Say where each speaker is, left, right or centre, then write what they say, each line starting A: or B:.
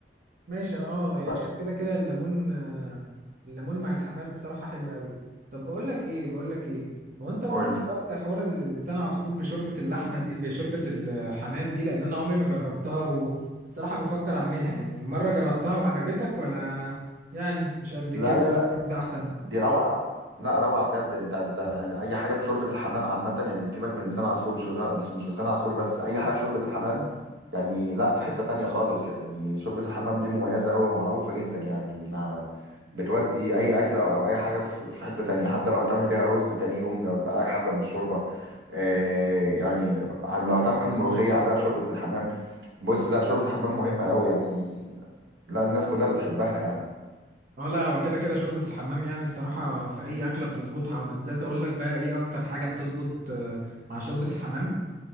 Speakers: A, on the right (about 50°); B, on the right (about 80°).
A: ماشي انا اه يعني
B: بس
A: كده كده الليمون آه، الليمون مع الحمام الصراحة حلو قوي طب بقول لك ايه بقول لك ايه هو انت مرة
B: قول لي.
A: جربت حوار ال- لسان عصفور بشوربة اللحمة دي بشوربة الحمام دي لان انا عمري ما جربتها والصراحة بفكر اعملها يعني مرة جربتها وعجبتك ولا يعني مش قد
B: لا
A: كده
B: لا لا
A: رز احسن
B: دي روعه لا روعه بجد انت انت يعني اي حاجه بشوربه الحمام عامه يعني سيبك من لسان عصفور مش لسان مش مش لسان عصفور بس اي حاجه بشوربه الحمام يعني لا في حته تانية خالص يعني شوربه الحمام دي مميزه قوي ومعروفه جدا يعني انها بتودي اي اكله او أو اي حاجه في في حته تانية حتى لو هتعمل بيها رز تاني يوم لو اتبقى لك حبه من الشوربه آه يعني لو هتعمل ملوخيه اعملها بشوربه الحمام بص لا شوربه الحمام مهمه قوي يعني لا الناس كلها بتحبها يعني
A: اه لا هو كده كده شوربة الحمام يعني الصراحة في اي اكلة بتظبطها بالذات اقول لك بقى ايه اكتر حاجة بتظبط آه، مع شوربة الحمام